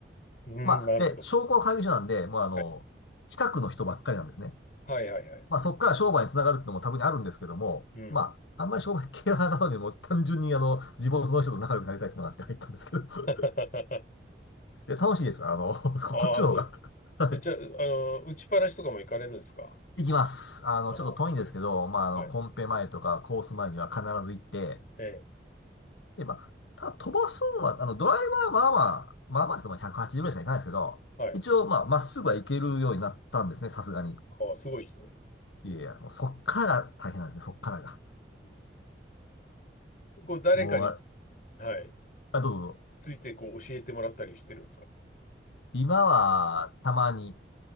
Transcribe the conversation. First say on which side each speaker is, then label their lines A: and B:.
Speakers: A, on the left; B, on the left.
A: うん、
B: まあ、
A: なるほど。
B: で、商工会議所なんで、もうあの、
A: はい、
B: 近くの人ばっかりなんですね。
A: はい、はい、はい。
B: まあそこから商売につながるってのも多分にあるんですけども、
A: うん。
B: まあ、あんまり商売系はなかったので、もう単純にあの、地元の人と仲良くなりたいっていうのがあって入ったんですけど。
A: <laughs>
B: <laughs> で、楽しいです。あの、<laughs> こっちの方が
A: ああ、そう。
B: <laughs>。はい
A: えじゃあ、あの、打ちっぱなしとかも行かれるんですか
B: 行きます。あの、
A: ああ、
B: ちょっと遠いんですけど、まあ、あの、
A: はい。
B: コンペ前とかコース前には必ず行って、
A: ええ、
B: で、まあ、ただ飛ばすのは、あの、ドライバーはまあまあ、まあまあ、でも180ぐらいしか行かないですけど、
A: はい。
B: 一応、まあ、まっすぐは行けるようになったんですね、さすがに。
A: ああ、すごいですね。
B: いやいや、もうそっからが大変なんですね、そっからが。
A: うんこう、誰かにつ、
B: もう、あれ、
A: はい、
B: あ、どうぞ
A: ついてこう教えてもらったりしてるんですか
B: 今は、たまに、